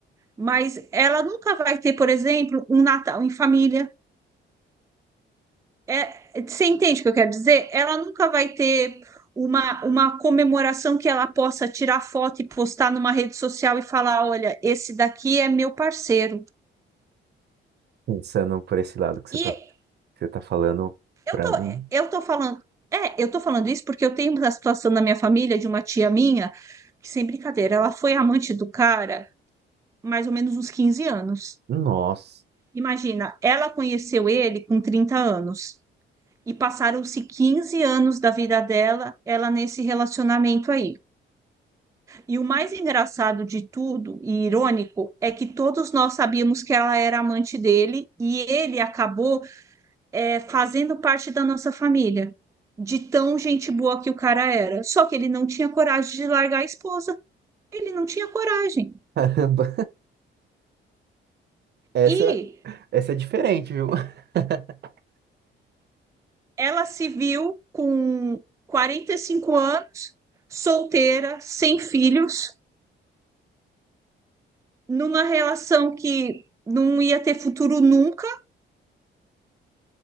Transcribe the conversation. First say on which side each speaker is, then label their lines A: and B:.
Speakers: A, on the right; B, on the right.
A: mas ela nunca vai ter, por exemplo, um Natal em família. É, você entende o que eu quero dizer? Ela nunca vai ter uma, uma comemoração que ela possa tirar foto e postar numa rede social e falar: olha, esse daqui é meu parceiro.
B: Pensando por esse lado que você
A: E
B: tá, que você tá falando
A: Eu
B: pra
A: tô,
B: mim,
A: eu tô falando, é, eu tô falando isso porque eu tenho uma situação na minha família de uma tia minha, que sem brincadeira, ela foi amante do cara mais ou menos uns 15 anos.
B: nossa,
A: Imagina, ela conheceu ele com 30 anos e passaram-se 15 anos da vida dela, ela nesse relacionamento aí. E o mais engraçado de tudo e irônico é que todos nós sabíamos que ela era amante dele e ele acabou é, fazendo parte da nossa família, de tão gente boa que o cara era. Só que ele não tinha coragem de largar a esposa, ele não tinha coragem.
B: <laughs> caramba. Essa,
A: E
B: essa é diferente, viu? <laughs>
A: ela se viu com 45 anos, solteira, sem filhos, numa relação que não ia ter futuro nunca,